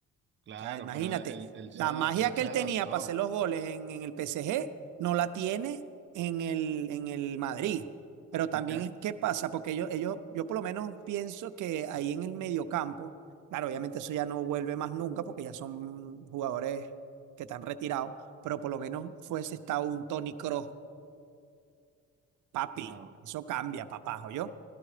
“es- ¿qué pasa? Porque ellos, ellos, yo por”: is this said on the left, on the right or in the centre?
Right